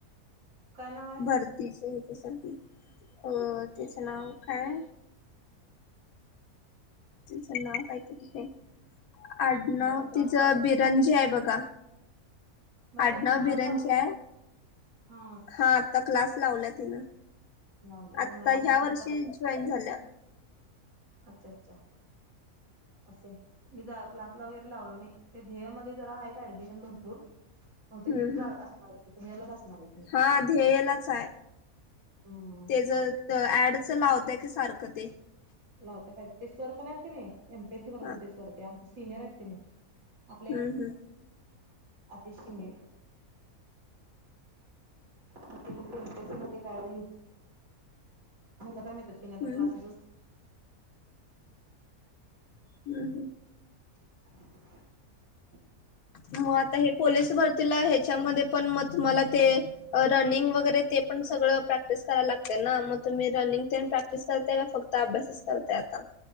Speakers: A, on the right (about 70°); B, on the left (about 80°).
A: काय नाव आहे?
B: भरतीचे अ त्याचं नाव काय तिचं नाव काहीतरी आडनाव
A: म्हणजे आता क्लास
B: तिचं बिरंजे बघा.
A: मग
B: आडनाव
A: ते आता क्लास
B: बिरांनजे
A: लावल्यात
B: आहे
A: हा
B: हा आता क्लास लावला तिनं
A: लावले मी
B: आता
A: म्हटलं
B: ह्या वर्षी
A: परत
B: जॉईन झाल्या,
A: अच्छा अच्छा, असे मी ज क्लासला वगैरे लावलो नाही, ते ध्येय मध्ये जरा आहे ऍडमिशन भरपूर. हो ते
B: हम्म
A: तिथे
B: हम्म
A: असणार आहे ध्ययाला असणार, आहेत
B: हा ध्येयलाच आहे,
A: हम्म
B: तेच ऍडच लावत. लावताय की सारक ती,
A: लावत काय ते सर पण आहेत का नाही, एमपीएस सी करत
B: हा
A: होते सर ते आमचे सिनियर आहेत ते नी आ
B: हम्म हम्म
A: तेनी मग एमपीएस, त्यानी आता
B: हम्म
A: क्लास,
B: <unintelligible>
A: <inaudible>
B: मग आता हे पोलीस भरतीला, त्याच्यामध्ये पण मग तमला ते रनिंग वगरे, ते पण सगळं प्रॅक्टिस करायला लागते ना मग, तुम्ही रनिंग ते प्रॅक्टिस करताय का फक्त अभ्यासच करताय आता?